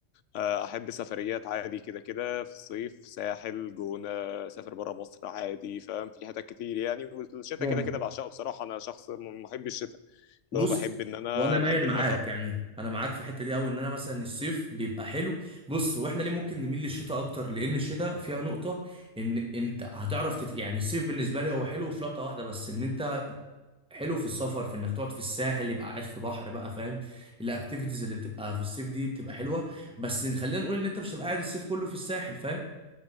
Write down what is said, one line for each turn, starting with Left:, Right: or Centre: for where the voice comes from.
Left: آه، احب سفريات عادي كده كده في الصيف ساحل جونه سافر بره مصر عادي فاهم في حتت كتير يعني والشتاء
Centre: جامد
Left: كده كده بعشقه بصراحه انا شخص م- محب الشتاء
Centre: بص
Left: اللي هو بحب ان انا
Centre: وانا مايل
Left: بحب المطر
Centre: معاك يعني انا معاك في الحته دي قوي ان انا مثلا الصيف بيبقى حلو بص واحنا ليه ممكن نميل للشتاء اكتر لان الشتاء فيها نقطه ان انت هتعرف تت... يعني الصيف بالنسبه لي هو حلو في لقطه واحده بس ان انت حلو في السفر في انك تقعد في الساحل يبقى قاعد في بحر بقى فاهم الاكتيفيتيز اللي بتبقى في الصيف دي بتبقى حلوه بس خلينا نقول ان انت مش هتبقى قاعد الصيف كله في الساحل فاهم